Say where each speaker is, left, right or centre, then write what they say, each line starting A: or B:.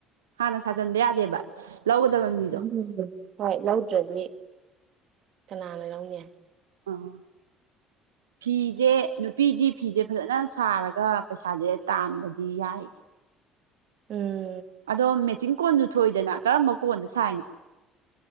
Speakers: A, on the right; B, on the right.
A: ꯍꯥꯟꯅ ꯁꯥꯖꯟꯕ ꯌꯥꯗꯦꯕ ꯂꯧꯒꯗꯕ ꯃꯤꯗꯣ
B: ꯎꯝ ꯍꯣꯏ ꯂꯧꯗ꯭ꯔꯗꯤ ꯀꯅꯥꯅ ꯂꯧꯅꯤ
A: ꯑꯣ ꯐꯤꯁꯦ ꯅꯨꯄꯤꯗꯤ ꯐꯤꯁꯦ ꯐꯖꯅ ꯁꯥꯔꯒ ꯄꯩꯁꯥꯁꯦ ꯇꯥꯟꯕꯗꯤ ꯌꯥꯏ
B: ꯎꯝ
A: ꯑꯗꯣ ꯃꯦꯆꯤꯟ ꯀꯣꯟꯁꯨ ꯊꯣꯛꯏꯗꯅ ꯀꯔꯝꯕ ꯀꯣꯟꯗ ꯁꯥꯏꯅꯣ